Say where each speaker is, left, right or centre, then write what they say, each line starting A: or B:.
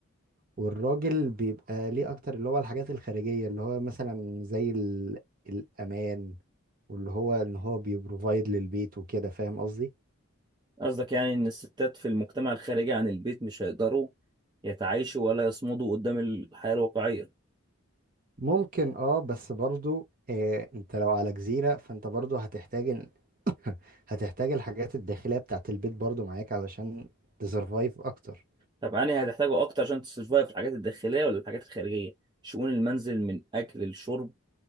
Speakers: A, on the right; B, on the right.
A: والراجل بيبقى ليه اكتر اللي هو الحاجات الخارجية اللي هو مثلا زي ال- الامان واللي هو ان هو بيبروفايد للبيت وكده فاهم قصدي
B: قصدك يعني ان الستات في المجتمع الخارجي عن البيت مش هيقدروا يتعايشوا ولا يصمدوا قدام الحياه الواقعيه
A: ممكن اه بس برضو آه انت لو على جزيرة فانت برضو هتحتاج إن- هتحتاج الحاجات الداخلية بتاعت البيت برضو معاك علشان تسرفايف اكتر
B: طب أنهي هتحتاجه أكتر عشان تسرفايف الحاجات الداخلية ولا الحاجات الخارجية؟ شؤون المنزل من أكل لشرب